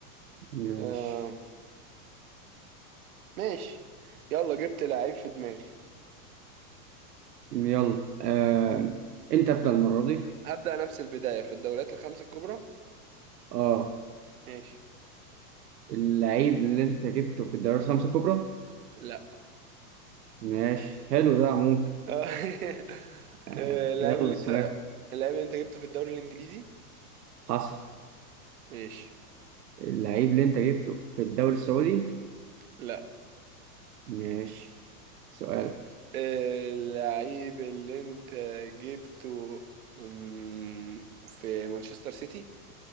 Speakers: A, on the right; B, on the right.
A: ماشي
B: آه ماشي يلا جبت لعيب في دماغي
A: يلا آه. انت ابدا المره دي
B: هبدأ نفس البدايه في الدوريات الخمس الكبرى
A: اه
B: ماشي
A: اللعيب اللي انت جبته في الدوريات الخمسه الكبرى
B: لا
A: ماشي حلو ده عموما
B: <laughs> آه،
A: آه.
B: اللاعب
A: يلا
B: اللي
A: سؤال
B: انت اللاعب اللي انت جبته في الدوري الانجليزي
A: حصل
B: ماشي
A: اللعيب اللي انت جبته في الدوري السعودي
B: لا
A: ماشي سؤال
B: اللعيب اللي انت جبته مم، في مانشستر سيتي